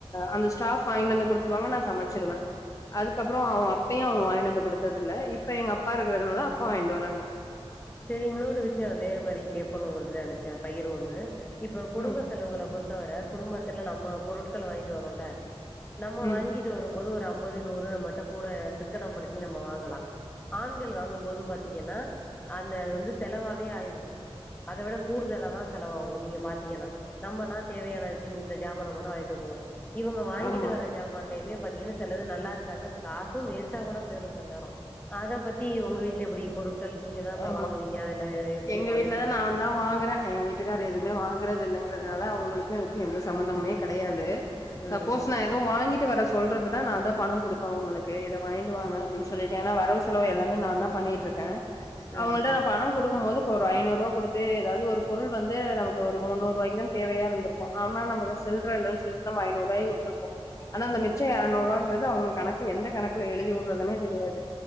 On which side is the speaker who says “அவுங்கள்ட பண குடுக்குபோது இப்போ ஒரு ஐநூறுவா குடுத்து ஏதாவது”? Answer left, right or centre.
Left